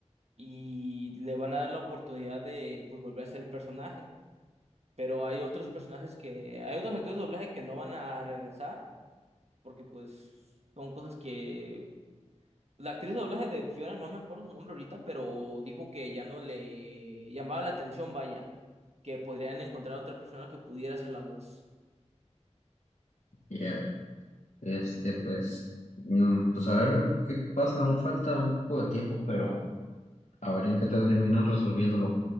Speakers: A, on the right (about 60°); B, on the left (about 85°).
A: y le van a dar la oportunidad de pues volver a ser el personaje. Pero hay otros personajes que, hay otros actores de doblaje que no van a regresar porque pues son cosas que... La actriz de doblaje de Fiona, no me acuerdo su nombre ahorita, pero dijo que ya no le llamaba la atención, vaya, que podrían encontrar a otra persona que pudiera hacer la voz.
B: Ya, Este, pues, mm, pues a ver qué pasa, aún falta un poco de tiempo, pero a ver en qué terminan resolviéndolo.